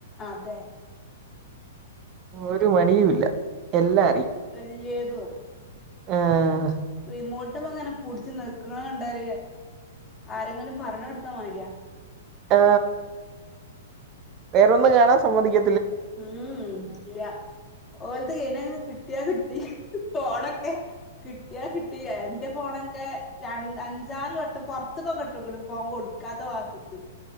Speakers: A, on the left; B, on the right.
A: അതെ
B: ഒരു മണിയും ഇല്ല എല്ലാം അറിയാം
A: വലിയേത് പറയും
B: ആഹ
A: റിമോട്ട്മ്മങ്ങനെ പുട്ച്ച് നെക്ക്ണണ്ടാല് ആരെങ്കിലും പഞ്ഞ്ട്ത്ത മാരിയാ
B: ആ വേറൊന്നും കാണാൻ സമ്മതിക്ക
A: ഉം ഇല്ല ഓലത് കയിഞ്ഞ് കിട്ടിയാ കിട്ടി ഫോണൊക്കെ കിട്ടിയാ കിട്ടിയാ എന്റെ ഫോണൊക്കെ രണ്ട് അഞ്ചാറ് വട്ടം പുറത്തക്ക് ഒക്കെ ഫോൺ കൊടുക്കും ക്കാത്ത വാസിക്